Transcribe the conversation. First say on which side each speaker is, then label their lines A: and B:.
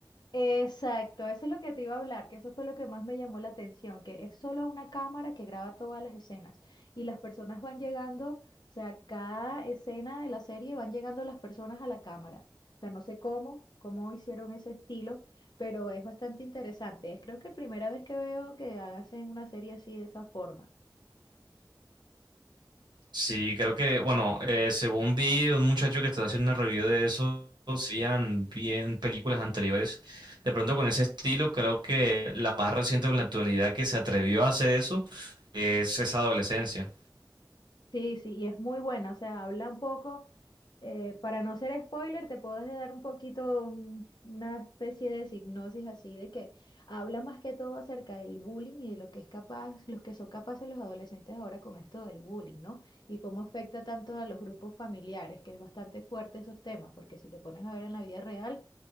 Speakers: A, on the left; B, on the right.
A: Exacto, eso es lo que te iba a hablar, que eso fue lo que más me llamó la atención, que es solo una cámara que graba todas las escenas y las personas van llegando, o sea, cada escena de la serie van llegando las personas a la cámara. O sea, no sé cómo, cómo hicieron ese estilo, pero es bastante interesante. Es creo que primera vez que veo que hacen una serie así de esa forma.
B: Sí, creo que, bueno, eh, según vi un muchacho que estaba haciendo una review de eso, hacían bien películas anteriores. De pronto con ese estilo, creo que la más reciente o en la actualidad que se atrevió a hacer eso es esa adolescencia.
A: Sí, sí, y es muy buena, o sea, habla un poco, eh, para no ser spoiler, te puedo dar un poquito un- una especie de hipnosis así de que habla más que todo acerca del bullying y de lo que es capaz, los que son capaces los adolescentes ahora con esto del bullying, ¿no? Y cómo afecta tanto a los grupos familiares, que es bastante fuerte esos temas, porque si te pones a ver en la vida real,